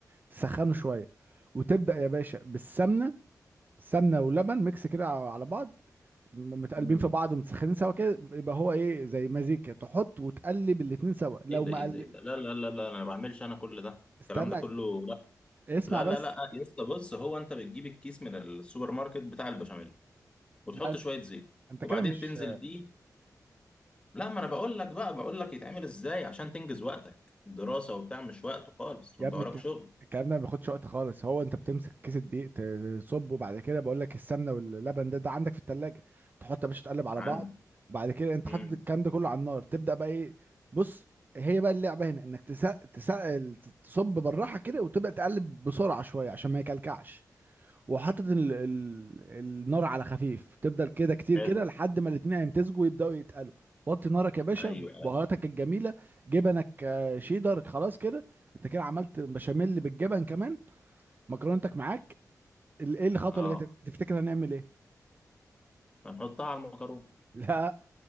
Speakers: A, on the right; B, on the left.
A: تسخنه شويه وتبدا يا باشا بالسمنه سمنه ولبن ميكس كده على بعض م- متقلبين
B: مم.
A: في بعض ومتسخنين سوا كده يبقى هو ايه زي مزيج كده تحط وتقلب الاتنين سوا لو
B: ايه ده
A: ما
B: ايه
A: قل...
B: ده ايه ده لا لا لا لا انا ما بعملش انا كل ده الكلام
A: استنى
B: ده كله لا
A: اسمع
B: لا
A: بس
B: لا لا يا اسطى بص هو انت بتجيب الكيس من السوبر ماركت بتاع البشاميل وتحط
A: لا
B: شويه زيت
A: انت
B: وبعدين
A: كده مش
B: تنزل بيه لا ما انا بقول لك بقى بقول لك يتعمل ازاي عشان تنجز وقتك دراسة وبتاع مش وقت خالص
A: يا
B: وانت
A: ابني
B: وراك
A: الك-
B: شغل
A: الكلام ده ما بياخدش وقت خالص هو انت بتمسك كيس الدقيق تصبه وبعد كده بقول لك السمنه واللبن ده ده عندك في التلاجة تحط يا باشا تقلب على
B: عندي
A: بعض وبعد كده انت حاطط
B: امم
A: الكلام ده كله على النار تبدا بقى ايه بص هي بقى اللعبه هنا انك تسق تسق تصب بالراحه كده وتبدا تقلب بسرعه شويه عشان ما يكلكعش وحاطط ال... ال... النار على خفيف تفضل كده كتير
B: حلو
A: كده لحد ما الاتنين هيمتزجوا ويبداوا يتقلوا وطي نارك يا باشا
B: ايوه ايوه
A: بهاراتك الجميله جبنك آه، شيدر خلاص كده انت كده عملت بشاميل بالجبن كمان مكرونتك معاك ال- ايه الخطوه
B: اه
A: اللي جايه تفتكر هنعمل ايه
B: هنحطها على المكرونة
A: لا